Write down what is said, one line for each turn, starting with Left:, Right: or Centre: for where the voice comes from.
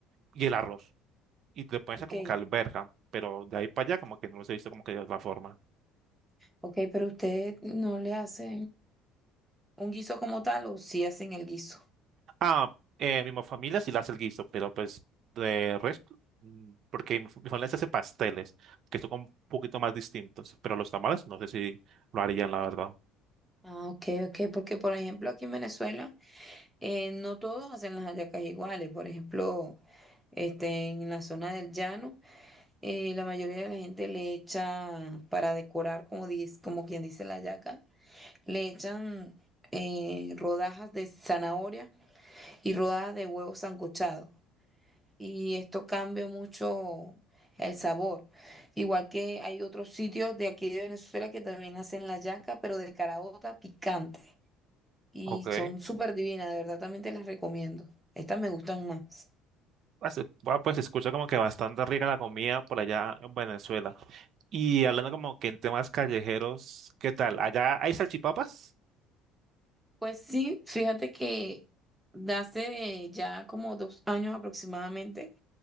Right: y el arroz. Y te pueden hacer
Centre: Ok,
Right: como que alberja, pero de ahí para allá como que no los he visto como que de otra forma.
Centre: ok, pero usted no le hace. ¿Un guiso como tal o si hacen el guiso?
Right: Ah, eh, mi familia sí la hace el guiso, pero pues de resto, mm, porque mi, fa- mi familia se hace pasteles, que son un poquito más distintos, pero los tamales no sé si lo harían, la verdad.
Centre: Ah, ok, ok, porque por ejemplo aquí en Venezuela eh, no todos hacen las hallacas iguales. Por ejemplo, este, en la zona del llano, eh, la mayoría de la gente le echa para decorar, como, dice, como quien dice la hallaca, le echan eh, rodajas de zanahoria y rodajas de huevo sancochado. y esto cambia mucho el sabor. Igual que hay otros sitios de aquí de Venezuela que también hacen la yaca, pero de caraota picante. Y
Right: Ok.
Centre: son súper divinas, de verdad también te las recomiendo. Estas me gustan más.
Right: Hace- Bueno, pues se escucha como que bastante rica la comida por allá en Venezuela. Y hablando como que en temas callejeros, ¿qué tal? ¿Allá hay salchipapas?
Centre: Pues sí, fíjate que de hace ya como dos años aproximadamente,